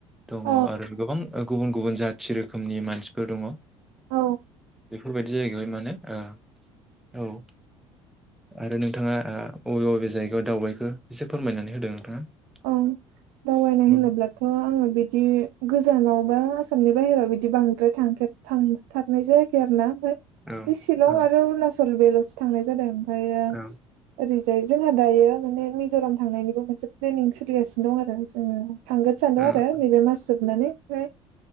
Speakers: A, in the centre; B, on the right.
A: दङ
B: औ
A: आरो गोबां गुबुन गुबुन जाथि रोखोमनि मानसिफोर दङ
B: औ
A: बेफोरबायदि जाहगायावहाय मानो ओ औ आरो नोंथाङा अबे बबे जायगायाव दावबायखो एसे फोरमायनानै होदो नोंथाङा <inaudible>
B: औ दावबायनाय
A: औ
B: होनोब्लाथ' आङो बिदि गोजानाव बा आसामनि बाहेरायाव बिदि बांद्राय थांफेर थांथारनाय जायाखै आरो ना आमफ्राय
A: औ
B: बे शिलं
A: औ
B: आरो अरूणाचल बेफोरल'सो थांनाय जादों ओमफ्रायो
A: औ
B: ओरै जोंहा दायो माने मिज'राम थांनायनिबो मोनसे प्लेनिं सोलिगासिनो दं आरो जोङो थांगोन सानदों
A: औ
B: आरो नैबे मास जोबनानै ओमफ्राय